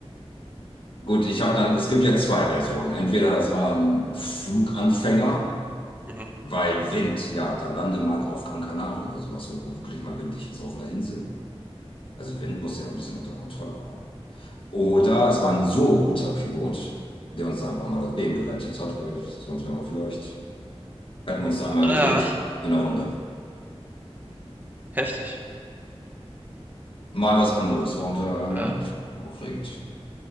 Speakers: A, on the left (about 55°); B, on the right (about 15°).
A: Gut, ich habe dann, es gibt ja zwei Versionen. Entweder das war ein Fluganfänger,
B: Mhm.
A: Weil Wind, ja, dann lande mal auf Gran Canaria oder sowas, wo wirklich mal windig ist auf einer Insel. Also Wind muss ja auch ein bisschen unter Kontrolle haben. Oder es war ein so guter Pilot, der uns einfach mal das Leben gerettet hat, weil sonst wären wir vielleicht, hätten wir uns da einmal
B: Ah,
A: gedreht in der Runde.
B: heftig.
A: Mal was anderes. War unter, ja,
B: Ja,
A: aufregend.